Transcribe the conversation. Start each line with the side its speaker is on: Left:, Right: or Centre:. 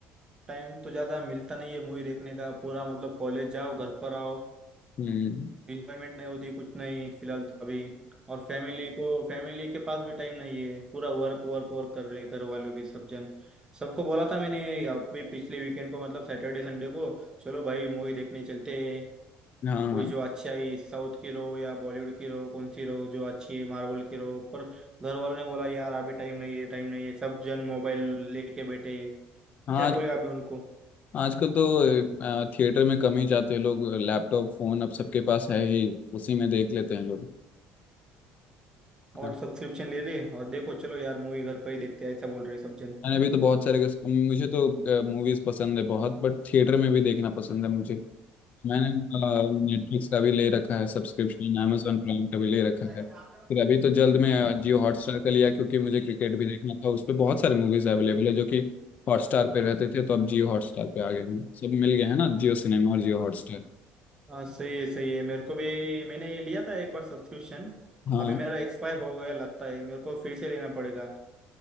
Right: टाइम तो ज्यादा मिलता नहीं है मूवी देखने का पूरा मतलब कॉलेज जाओ घर पर आओ
Left: हम्म
Right: इंजॉयमेंट नहीं होती कुछ नहीं फिलहाल तो अभी और फैमिली को फैमिली के पास भी टाइम नहीं है पूरा वर्क वर्क वर्क कर रहे घर वालों भी सब जन सबको बोला था मैंने या भी पिछले वीकेंड को मतलब सैटरडे संडे को चलो भाई मूवी देखने चलते हैं
Left: हाँ
Right: कोई
Left: हाँ
Right: जो अच्छी आई साउथ की रहो या बॉलीवुड की रहो कौन सी रहो जो अच्छी है मार्वल की रहो पर घर वालों ने बोला यार अभी टाइम नहीं है टाइम नहीं है सब जन मोबाइल लेके बैठे हैं।
Left: हाँ,
Right: क्या
Left: आज
Right: बोले अभी उनको
Left: आजकल तो थिएटर में कम ही जाते हैं लोग लैपटॉप फोन अब सबके पास है ही उसी में देख लेते हैं लोग
Right: और
Left: हाँ,
Right: सब्सक्रिप्शन ले ले और देखो चलो यार मूवी घर पर ही देखते हैं ऐसा बोल रहे सब जन
Left: मैंने भी तो बहुत सारे किस- मुझे तो मूवीज पसंद है बहुत बट थिएटर में भी देखना पसंद है मुझे मैंने नेटफ्लिक्स का भी ले रखा है सब्सक्रिप्शन amazon प्राइम का भी ले रखा है
Right: हाँ
Left: फिर अभी तो जल्द में जियो हॉटस्टार का लिया क्योंकि मुझे क्रिकेट भी देखना था उस पर बहुत सारे मूवीज अवेलेबल है जो कि हॉटस्टार पे रहते थे तो अब जियो हॉटस्टार पे आ गए हैं सब मिल गए हैं ना जियो सिनेमा और जियो हॉटस्टार
Right: सही सही है मेरे को भी मैंने ये लिया था एक बार सब्सक्रिप्शन
Left: हाँ
Right: अभी मेरा एक्सपायर हो गया लगता है मेरे को फिर से लेना पड़ेगा